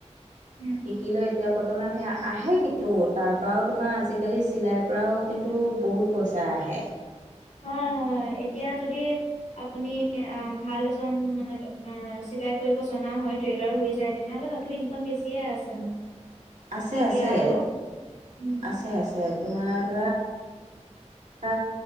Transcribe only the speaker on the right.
শিকিলো এতিয়া বৰ্তমান সেয়া আহে কিন্তু তাৰ পৰাও তোমাৰ আজিকালি চিলাইৰ পৰাও কিন্তু বহুত পইচা আহে
আছে
আছে
আছে আছে তোমাৰ ধৰা হ